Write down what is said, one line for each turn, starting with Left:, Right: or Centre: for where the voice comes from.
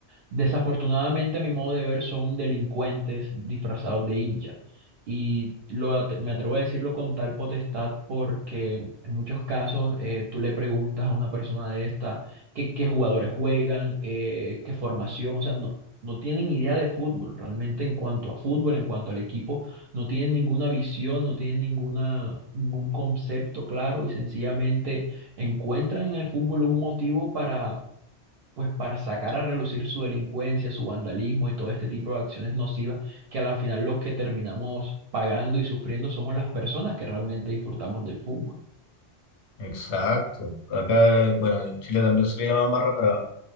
Right: Desafortunadamente, a mi modo de ver, son delincuentes disfrazados de hinchas. Y lo, at- me atrevo a decirlo con tal potestad porque en muchos casos eh, tú le preguntas a una persona de esta qué, qué jugadores juegan, eh, qué formación, o sea, no, no tienen idea de fútbol realmente en cuanto a fútbol, en cuanto al equipo, no tienen ninguna visión, no tienen ninguna, ningún concepto claro y sencillamente encuentran en el fútbol un motivo para pues para sacar a relucir su delincuencia, su vandalismo y todo este tipo de acciones nocivas que a la final los que terminamos pagando y sufriendo somos las personas que realmente disfrutamos del fútbol.
Left: Exacto. Acá, bueno, en Chile también se le llaman barras